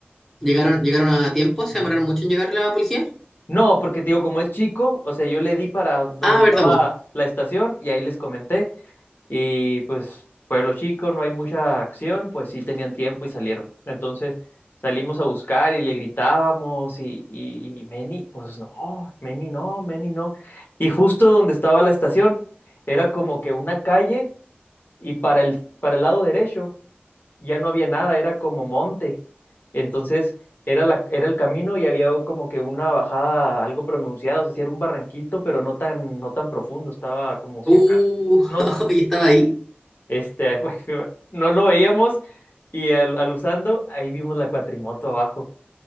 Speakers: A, in the centre; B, on the left.
A: ¿Llegaron, llegaron a tiempo? ¿Se demoraron mucho en llegar la policía?
B: No, porque te digo, como es chico, o sea, yo le di para donde
A: Ah,
B: estaba
A: ¿verdad, po?
B: la estación y ahí les comenté. Y pues, pueblo chico, no hay mucha acción, pues sí tenían tiempo y salieron. Entonces salimos a buscar y le gritábamos y, y, y Meni, pues no, Meni no, Meni no. Y justo donde estaba la estación, era como que una calle y para el, para el lado derecho ya no había nada, era como monte. Entonces era, la, era el camino y había como que una bajada algo pronunciada, o sea, sí era un barranquito, pero no tan, no tan profundo, estaba como si
A: Uh,
B: acá unos,
A: <laughs> y estaba ahí.
B: este, <laughs> pues, no lo veíamos y al, al usando, ahí vimos la cuatrimoto abajo.